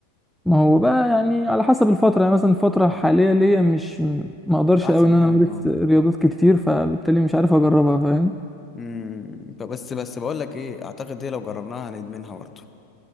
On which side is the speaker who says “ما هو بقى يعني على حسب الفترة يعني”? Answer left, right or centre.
Centre